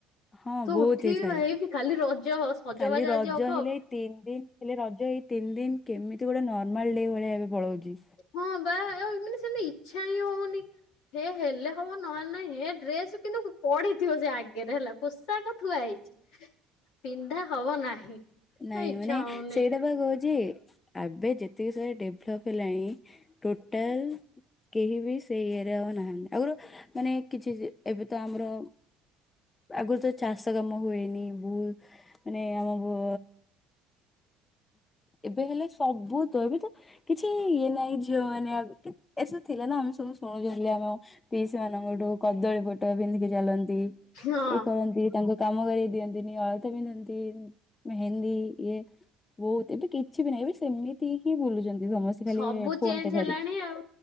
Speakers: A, on the left; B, on the left.
A: ହଁ
B: ତୁ
A: ବହୁତ
B: ଉଠିବି
A: ହେଇଥାଏ।
B: ଭାଇ, କାଲି ରଜ ସଜବାଜ
A: କାଲି ରଜ
B: ଆଜି ହବ।
A: ହେଲେ ଏଇ ତିନି ଦିନ ହେଲେ ରଜ ଏଇ ତିନି ଦିନ, କେମିତି ଗୋଟେ ନର୍ମାଲ ଡେ ଭଳିଆ ଏବେ ପଳଉଚି।
B: ହଁ, ବା, ଆ ମାନେ ସେମତି ଇଚ୍ଛା ହିଁ ହଉନି। ହେ ହେଲେ ହବ ନହେଲେ ନାଇଁ ହେ ଡ୍ରେସ କିନ୍ତୁ ପଢିଥିବ ସେ ଆଗରେ ହେଲା। ପୋଷାକ ଥୁଆ ହୋଇଛି ପିନ୍ଧା ହବ ନାହିଁ।
A: ନାଇଁ
B: ଏ ଇଚ୍ଛା
A: ମାନେ
B: ହଉନି
A: ସେଇଟା ବା କହୁଛି। ଆବେ ଯେତିକି ସାରା ଡେଭଲପ ହେଲାଣି ଟୋଟାଲ। କେହି ବି ସେଇ ଇଏରେ ଆଉ ନାହାନ୍ତି ଆଗରୁ ମାନେ କିଛି ଏବେ ତ ଆମର ଆଗରୁ ତ ଚାଷ କାମ ହୁଏନି ବହୁତ ମାନେ ଆମ ଏବେ ହେଲେ ସବୁତ ଏବେ ତ କିଛି ଇଏ ନାଇଁ ଝିଅ ମାନେ ଆ ଏସା ଥିଲା ନା ଆମେ ସବୁ ଶୁଣୁ ଆମ ପିଇସି ମାନଙ୍କଠୁ କଦଳୀ ପଟୁଆ ପିନ୍ଧିକି ଚାଲନ୍ତି।
B: ହଁ
A: ଇଏ କରନ୍ତି ତାଙ୍କୁ କାମ କରେଇ ଦିଅନ୍ତିନି ଅଳତା ପିନ୍ଧନ୍ତି ମେହେନ୍ଦୀ ଇଏ। ବହୁତ ଏବେ କିଛି ବି ନାହିଁ ଏବେ ସେମିତି ହିଁ ବୁଲୁଛନ୍ତି ସମସ୍ତେ। ଖାଲି
B: ସବୁ
A: ଫୋନ
B: ଚେଞ୍ଜ
A: ଟେ
B: ହେଲାଣି
A: ଧରିକି।
B: ଆଉ।